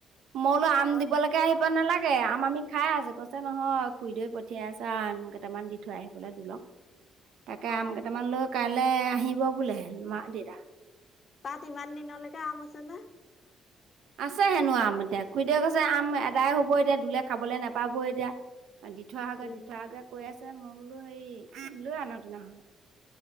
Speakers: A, on the right; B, on the left.
A: মই বোলো আম
B: অ
A: দিবলৈকে আহিব নালাগে। তাকে আম আমি খাই আছোঁ। কৈছে নহয় খুৰীদৈ পঠিয়াই আছে আম কেইটামান দি থৈ আহিবলে দোলক। তাকে আম
B: অ
A: কেইটামান লৈ কাইলে আহিব বোলে মা দেতা।
B: তাত ইমান দিনলৈকে আম আছে নে?
A: আছে হেনো আম এতিয়া। খুৰীদেউ কৈছে আম এদাই হব এতিয়া দোলে খাবলৈ নাপাব এতিয়া। দি থোৱা আহাগে,
B: উম
A: দি থোৱা আহাগে কৈ আছে। মই বোলো হেৰি লৈ আনা তেনেহলে।